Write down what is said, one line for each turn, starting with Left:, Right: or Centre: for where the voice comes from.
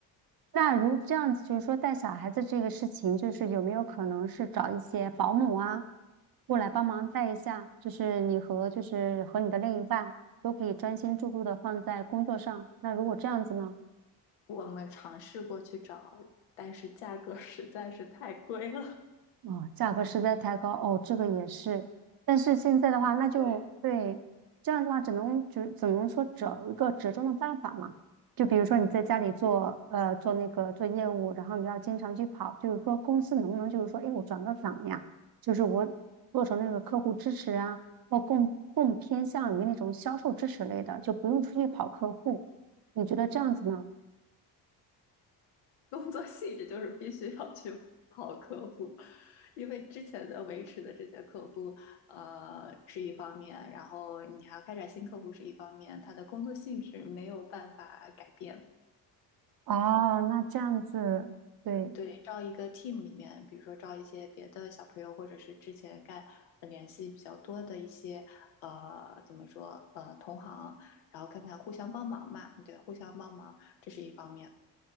Right: 那如这样子，就是说带小孩子这个事情，就是有没有可能是找一些保姆啊，过来帮忙带一下？就是你和就是和你的另一半都可以专心致志的放在工作上。那如果这样子呢？
Left: 我们尝试过去找，但是价格实在是太贵了。
Right: 哦，价格实在太高哦，这个也是。但是现在的话，那就对，
Left: <laughs>
Right: 这样的话只能只只能说找一个折中的办法嘛。就比如说你在家里做呃做那个做业务，然后你要经常去跑，就是说公司能不能就是说，哎，我转个岗呀，就是我做成那个客户支持啊，或更更偏向于那种销售支持类的，就不用出去跑客户。你觉得这样子呢？
Left: 工作性质就是必须要去跑客户，因为之前的维持的这些客户，呃，是一方面，然后你还要开展新客户是一方面，他的工作性质没有办法改变。
Right: 哦，那这样子，对
Left: 对，招一个 team 里面，比如说招一些别的小朋友，或者是之前干呃联系比较多的一些呃，怎么说呃同行，然后看看互相帮忙嘛，对，互相帮忙这是一方面。